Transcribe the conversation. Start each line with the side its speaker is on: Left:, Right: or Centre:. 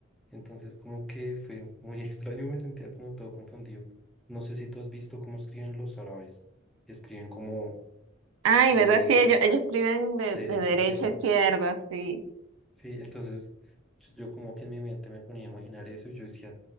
Centre: entonces como que fue muy <laughs> extraño, me sentía como todo confundido. No sé si tú has visto cómo escriben los árabes. que Escriben como
Right: Ay,
Centre: de,
Right: ¿verdad? Sí, ellos, ellos escriben de,
Centre: de
Right: de
Centre: derecha
Right: derecha
Centre: a izquierda.
Right: a izquierda, sí.
Centre: Sí, entonces yo, yo como que en mi mente me ponía a imaginar eso y yo decía,